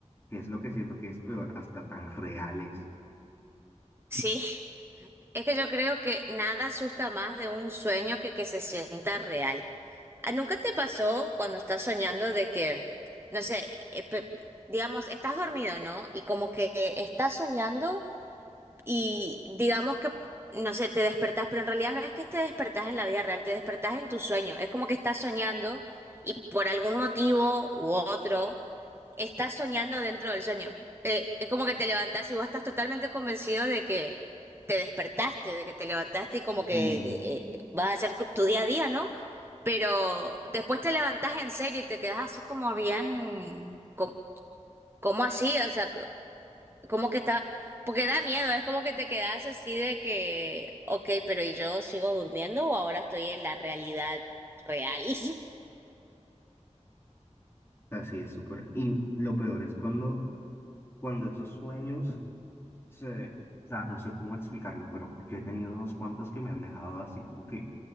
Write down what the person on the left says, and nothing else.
que es lo que siento que es peor, hasta tan reales.
Sí.
O sea, sí, es súper. Y lo peor es cuando, cuando esos sueños se... O sea, no sé cómo explicarlo, pero yo he tenido unos cuantos que me han dejado así como que